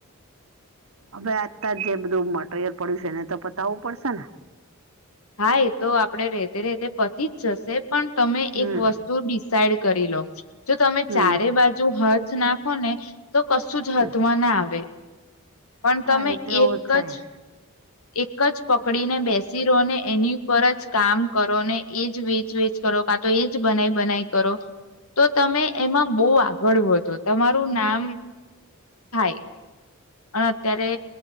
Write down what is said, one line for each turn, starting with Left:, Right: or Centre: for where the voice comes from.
Right: હવે, આતા જ જે બધું મટરિયલ પડ્યું છે, એને તો બતાવવું પડશે ને.
Left: હા, એ તો આપડે રેતે રેતે પતિ જ જશે, પણ તમે
Right: હમ
Left: એક વસ્તુ ત ડિસાઈડ કરી લો, જો તમે
Right: હમ
Left: ચારે બાજુ હાથ નાખો ને. તો કશું જ
Right: હમ.
Left: હાથમાં જ ના આવે, પણ
Right: હા
Left: તમે
Right: એ તો એવું
Left: એક
Right: થાય
Left: જ. એક જ પકડી ને બેસી રહો ને, એની ઉપર જ કામ કરો ને, એજ વેચ વેચ કરો, કાં તો એજ બનાઈ બનાઈ કરો. તો તમે એમાં બહુ આગળ વઘ્યો, તમારું નામ. થાય, અને અત્યારે